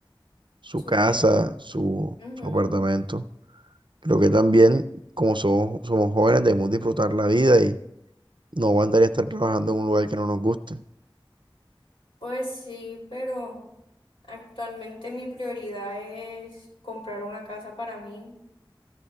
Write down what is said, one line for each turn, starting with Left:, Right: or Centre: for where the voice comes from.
Right: su
Left: ¿Su
Right: casa,
Left: qué?
Right: su,
Left: Ujú.
Right: su apartamento. Creo que también como somos, somos jóvenes debemos disfrutar la vida y no aguantaría estar trabajando en un lugar que no nos guste.
Left: Pues sí, pero actualmente mi prioridad es comprar una casa para mí.